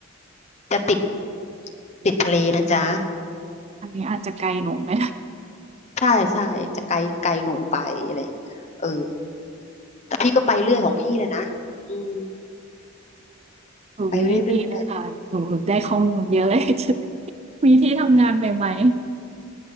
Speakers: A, on the left; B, on the right.
A: จะติดติดทะเลนะจ๊ะ
B: อันนี้อาจจะไกลหนูไม่ได
A: ใช่ใช่จะไกลไกลหนูไปอะไรอย่างเงี้ยเออแต่พี่ก็ไปเรื่อยของพี่เลยนะอืม
B: อุ๊ย
A: ไปเรื่อย
B: <laughs> ดีเลยค่ะหนูได้ข้อมูลเยอะเลย <laughs> มีที่ทำงานใหม่